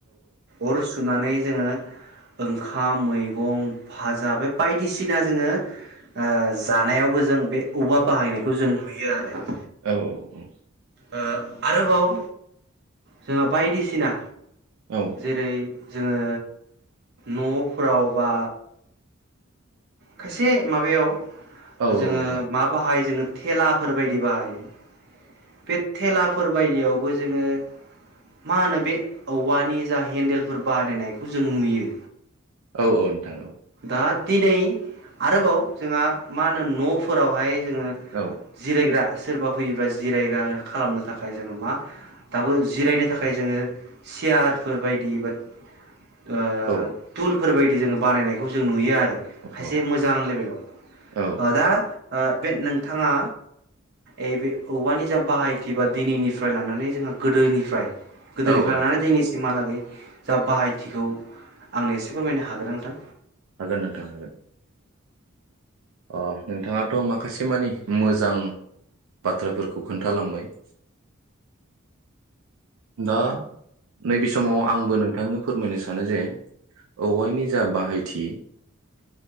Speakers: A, on the right (about 55°); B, on the right (about 85°).
A: अर सुनानै जोङो ओंखाम मैगं फाजा बे बायदि सिना जोङो ओ जानायावबो जों बे औवाब बाहायनायखौ जों नुयो आरो
B: औ औ।
A: ओ आरोबाव जोंहा बायदिसिना
B: औ नोंथां औ औ
A: जेरै जोङो न'फोराव बा खायसे माबायाव
B: औ
A: जोङो मा बाहाय जोङो थेलाफोर बायदि बाहायो बेेथेलाफ फोरबायदियावबो जोङो मा होनो बे औवानि जा हेन्देलफोर बानायनायखौ जों नुयो
B: औ औ नोंथां औ ।
A: दा दिनै आरोबाव जोंहा मा होनो न'फोरावहाय जोङो
B: औ
A: जिरायग्रा सोरबा फैयोब्ला जिरायग्रा खालामनो थाखाय जोङो मा दाबो जिरायनो थाखाय जोङो चियारफोर बायदि बा ओ
B: औ
A: थुल फोर बायदि जोङो बानायनाय थ' जोंङो नुयो आरो खायसे
B: औ
A: मोजां लेभेलाव
B: औ
A: अ दा ओ बे नोंथाङा ए बे औवानि जा बाहायथि बा दिनैनिफ्राय लानानै जोंहा गोदोनिफ्राय गोदोनिफ्राय
B: औ नोंथां
A: लानानै दैनै सिमहालागै जा बाहायथिखौ आंनो एसे फोरमायनो हागोन ओंथां?
B: हागोन नोंथां हागोन? अ नोंथाङाथ' माखासे मानि मोजां बाथ्राफोरखौ खोन्थालांबाय दा नैबे समाव आंबो नोंथांनो फोरमायनो सानो जे औवायनि जा बाहायथि